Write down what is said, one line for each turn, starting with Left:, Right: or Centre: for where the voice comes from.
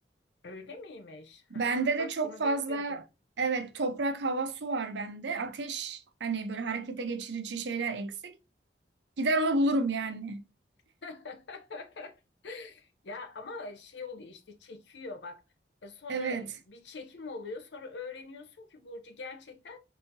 Left: Öyle miymiş?
Right: Bende
Left: Hmm,
Right: de
Left: bak
Right: çok
Left: bunu
Right: fazla
Left: bilmiyordum.
Right: evet toprak, hava, su var bende. Ateş hani böyle harekete geçirici şeyler eksik. Gider onu bulurum yani.
Left: <laughs> Ya ama şey oluyor işte çekiyor bak. E sonra
Right: Evet.
Left: bir çekim oluyor. Sonra öğreniyorsun ki Burcu gerçekten